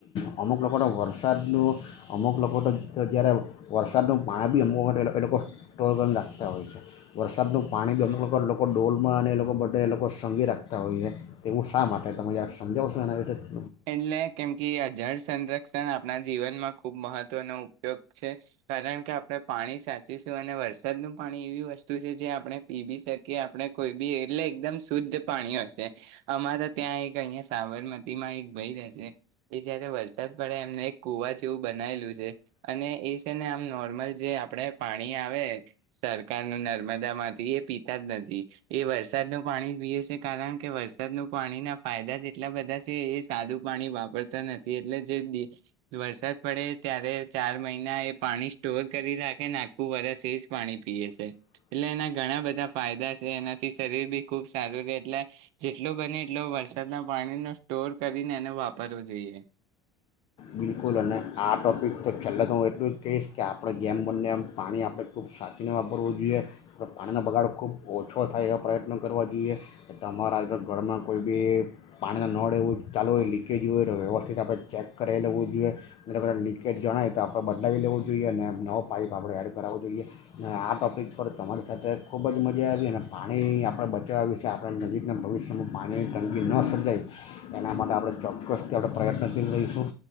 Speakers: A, on the left; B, on the right.
A: અમુક લોકોને વરસાદનું અમુક લોકો તો જ્યારે વરસાદનું પાણી બી અમુક વખત એ લોકો ટોળગમ રાખતા હોય છે વરસાદનું પાણી બી અમુક વખત લોકો ડોલમાં અને એ લોકો બે એ લોકો સઘી રાખતા હોય છે એવું શા માટે તમે જ. <inaudible>
B: એટલે કેમ કે અ જળ સંરક્ષણ આપણા જીવનમાં ખુબ મહત્વ. નો ઉપયોગ છે કારણ કે આપણે પાણી સાચીશું અને વરસાદનું પાણી એવી વસ્તુ છે જે આપણે પીવી શકીએ આપણે કોઈ બી એટલે એકદમ શુદ્ધ પાણી હશે અમારા ત્યાં એક અહિયાંયા સાબરમતીમાં એક. એ જયારે વરસાદ પડે એમને એક કુવા જેવું બનાયલું છે અને એ છે ને આમ નોર્મલ જે આપણે પાણી આવે સરકારનું નર્મદા માંથી એ પીતા જ નથી એ વરસાદનું પાણી પીએ છે કારણ કે વરસાદનું પાણીના ફાયદા જેટલા બધા છે એ. સાદું પાણી વાપરતા નથી એટલે જે વરસાદ પડે ત્યારે ચાર મહિના એ પાણી સ્ટોર કરી રાખે ને આખું વરષ એ જ પાણી પીએ છે એટલે એના ઘણા બધા ફાયદા છે એનાથી શરીર બી ખૂબ સારું રહે એટલે જેટલો બને એટલો વરસાદના પાણીનો સ્ટોર. કરીને એનો વાપરવો જોઈએ.
A: બિલકુલ અને આ ટોપિક તો છેલ્લા તો હું એટલું જ કહીશ કે આપણે જેમ બંને એમ પાણી આપણે ખૂબ સાચીને વાપરવું જોઈએ આપ પાણીનો બગાડ ખૂબ ઓછો થાય એવા પ્રયત્નો કરવા જોઈએ તમારા ઘરમાં કોઈ બી પાણીના નળ એવું ચાલુ હોય લીકેજ હોય વ્યવસ્થિત આપણે ચેક કરાવી લેવું. જોએ મલબ આપણે લીકેજ જણાય તો આપણે બદલાવી લેવો જોઈએ અને નવો પાઇપ આપણે એડ કરાવવો જોઈએ અને આ ટોપિક પર તમારી સાથે ખૂબ જ મજા આવી અને પાણી આપણે બચાવવા વિશે આપણે નજીકના ભવિષ્યમાં પાણીની તંગી ન સર્જાય એના માટે આપણે ચોક્કસથી આપણે પ્રયત્નશીલ રહીશું.